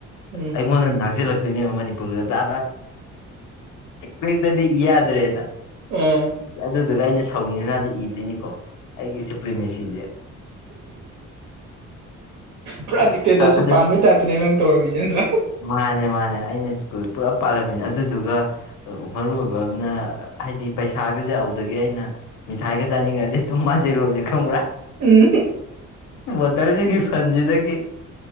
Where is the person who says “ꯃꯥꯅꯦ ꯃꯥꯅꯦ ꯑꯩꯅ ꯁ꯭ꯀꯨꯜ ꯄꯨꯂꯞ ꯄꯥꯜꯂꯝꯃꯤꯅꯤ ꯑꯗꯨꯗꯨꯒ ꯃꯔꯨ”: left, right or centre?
Left